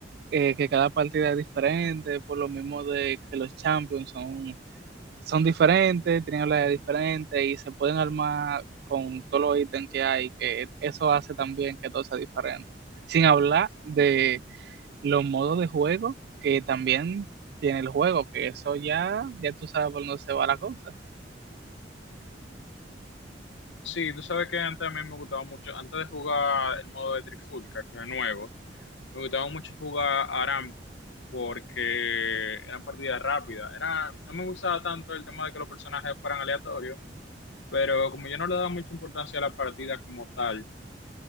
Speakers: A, on the right; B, on the left.
A: eh, que cada partida es diferente, por lo mismo de que los champions son, son diferentes, tienen habilidades diferentes y se pueden armar con todos los ítems que hay, que eso hace también que todo sea diferente. Sin hablar de los modos de juego que también tiene el juego, que eso ya, ya tú sabes por dónde se va la cosa.
B: Sí, tú sabes que antes a mí me gustaba mucho, antes de jugar el modo de Trifulca, que es nuevo, me gustaba mucho jugar Aram porque eran partidas rápidas. Era, no me gustaba tanto el tema de que los personajes fueran aleatorios, pero como yo no le daba mucha importancia a la partida como tal,